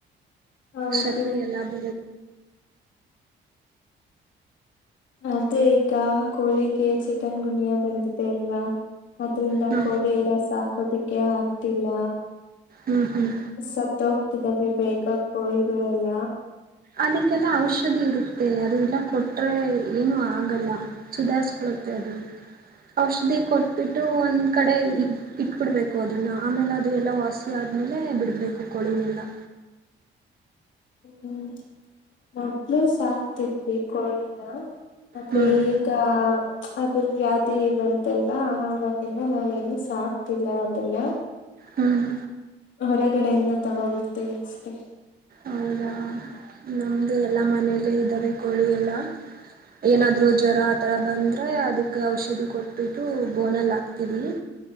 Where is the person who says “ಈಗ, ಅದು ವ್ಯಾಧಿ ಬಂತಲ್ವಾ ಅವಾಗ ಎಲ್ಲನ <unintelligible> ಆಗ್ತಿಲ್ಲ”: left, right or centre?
Left